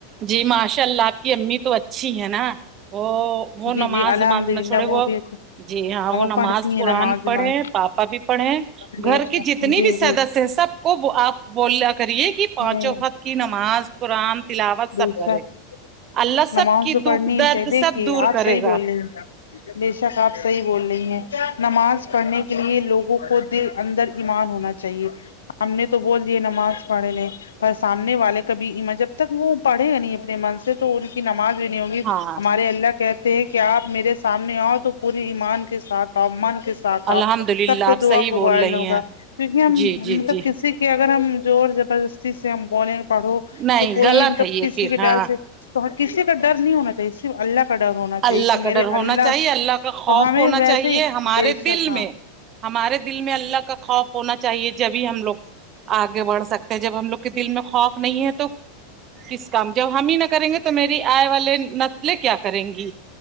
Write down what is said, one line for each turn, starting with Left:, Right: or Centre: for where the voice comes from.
Right: جی ماشاء اللہ آپ کی امی تو اچھی ہے نا او
Left: جی
Right: وہ نماز
Left: جی الحمد
Right: وماز
Left: للہ
Right: نہ چھوڑے وہ
Left: بھی
Right: جی ہاں وہ نماز
Left: پڑھتی ہیں
Right: قرآن
Left: نماز وماز
Right: پڑھے پاپا بھی پڑھے
Left: بے
Right: گھر
Left: شک
Right: کی جتنی
Left: جی
Right: بھی سدس
Left: جی
Right: ہے سب کو آپ بولا کریے کی پانچوں
Left: نہیں
Right: وقت کی نماز قرآن تلاوت
Left: بے
Right: سب کرے
Left: شک
Right: اللہ سب
Left: نماز
Right: کی
Left: تو پڑھنی
Right: دکھ درد
Left: ہی چاہیے دیکھیے
Right: سب دور
Left: آپ
Right: کرے
Left: صحیح
Right: گا
Left: بول رہی ہیں بے شک آپ صحیح بول رہی ہیں نماز پڑھنے کے لیے لوگوں کو دل اندر ایمان ہونا چاہیے ہم نے تو بول دیے نماز پڑھے لے پر سامنے والے کبھی ایما جب تک وہ پڑھے ہی نہیں اپنے من سے تو ان کی نماز بھی نہیں ہوگی
Right: ہاں
Left: ہمارے اللہ کہے تے ہیں کہ آپ میرے سامنے آؤ تو پورے ایمان کے ساتھ من کے ساتھ آتا
Right: الحمد للہ
Left: تب
Right: آپ
Left: تو دعا
Right: صحیح
Left: کوبائل
Right: بول رہی
Left: ہوگا
Right: ہیں
Left: کیونکہ ہم
Right: جی جی
Left: مطلب
Right: جی
Left: کسی کے اگر ہم زور زبردستی سے ہم بولیں پڑھو
Right: نہیں
Left: تو کوئی
Right: غلط
Left: مطلب
Right: ہے یہ
Left: کسی
Right: پھر
Left: کے
Right: ہاں
Left: ڈر سے تو کسی کا ڈر نہیں ہونا چاہیے صرف اللہ کا ڈر ہونا چاہیے
Right: اللہ
Left: کہ
Right: کا
Left: میرے
Right: ڈر ہونا چاہیے
Left: تو
Right: اللہ کا خوف
Left: ہمیں
Right: ہونا
Left: ویسے
Right: چاہیے
Left: ہی
Right: ہمارے
Left: بے شک
Right: دل
Left: ہاں
Right: میں ہمارے دل میں اللہ کا خوف ہونا چاہیے جبھی ہم لوگ آگے بڑھ سکتے ہیں جب ہم لوگ دل میں خوف نہیں ہے تو کس کام جب ہم ہی نہ کریں گے تو میری آئے والے نسلیں کیا کریں گی